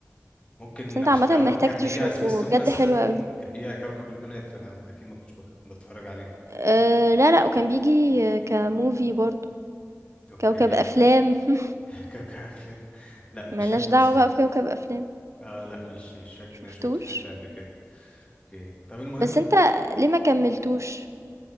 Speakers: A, on the left; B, on the right.
A: ممكن
B: بس انت
A: عشان
B: عامة
A: لو
B: محتاج
A: هو كان
B: تشوفه
A: بيجي على سبيس
B: هو
A: تون
B: بجد
A: مثلا
B: حلو قوي
A: كان بيجي على كوكب المنات فانا اكيد ما كنتش بك- بتفرج عليه
B: أه لا لا وكان بيجي آه، كموفي برضو
A: اوكي
B: كوكب أفلام <laughs>
A: <laughs> كوكب الفلام. لا مش
B: ملناش
A: فاكره
B: دعوة
A: بصراحة
B: بقى بكوكب أفلام
A: آه لا مش مش فاكر
B: شفتوش
A: ان انا شفته في حتة قبل كده اوكي طب المهم
B: بس انت ليه ما كملتوش